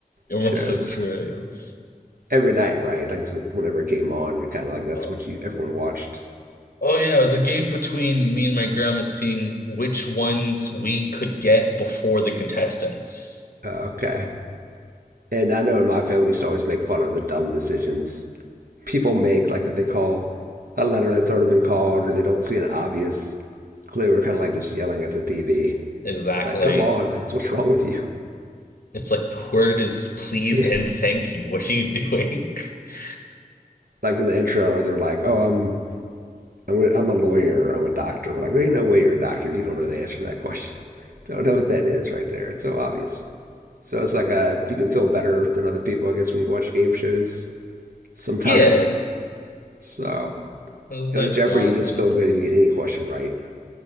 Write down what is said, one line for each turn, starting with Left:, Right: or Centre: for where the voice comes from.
Left: immersive
Right: shows
Left: experience.
Right: every night, right? Like so whenever it came on, you're kind of like, that's
Left: Oh,
Right: what you, everyone watched.
Left: oh yeah, it was a game between me and my grandma seeing which ones we could get before the contestants.
Right: Oh, okay. And I know in my family, we used to always make fun of the dumb decisions people make, like if they call a letter that's already been called or they don't see an obvious clue, we're kind of like just yelling at the TV,
Left: Exactly.
Right: like, come on, like, what's wrong with you? <laughs>
Left: It's like the word is please
Right: Yeah.
Left: and thank you. What are you doing? <laughs>
Right: Like in the intro, or they're like, oh, I'm I'm, gonna, I'm a lawyer or I'm a doctor. We're like, there ain't no way you're a doctor. You don't know the answer to that question. <laughs> Don't know what that is right there. It's so obvious. So it's like uh, you can feel better than other people, I guess, when you watch game shows sometimes.
Left: Yeah,
Right: <laughs> So
Left: it was a
Right: you
Left: nice
Right: know, with Jeopardy,
Left: bond.
Right: you just feel good if you get any question right,